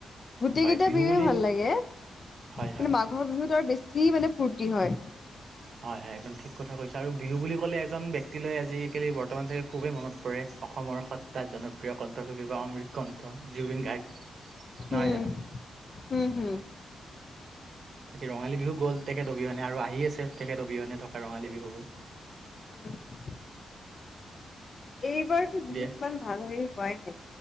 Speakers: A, on the left (about 35°); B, on the right (about 50°).
A: গোটেই
B: হয়
A: কেইটা
B: বিহু
A: বিহুে
B: বুলি
A: ভাল লাগে কিন্তু
B: হয় হয়
A: মাঘৰ বিহুতো আৰু বেছি মানে ফূৰ্তি হয়।
B: হয় হয় একদম ঠিক কথা কৈছ আৰু বিহু বুলি ক'লে এজন ব্যক্তিলৈ আজিিকালি বৰ্তমান চাগে খুবেই মনত পৰে অসমৰ সতাত জনপ্ৰিয় কণ্ঠশিল্পী বা অমৃত অমত কন্ঠ জুবিন গায়ক নহয়
A: উম,
B: জানো
A: হুম, হুম।
B: বাকী ৰঙালী বিহু গ'ল তেখেত অবিহনে আৰু আহি আছে তেখেত অবিহনে থকা ৰঙালী বিহুবোৰ
A: উম, এইবাৰতো বিহু
B: দে
A: ইমান ভাল হেৰি হয় নাই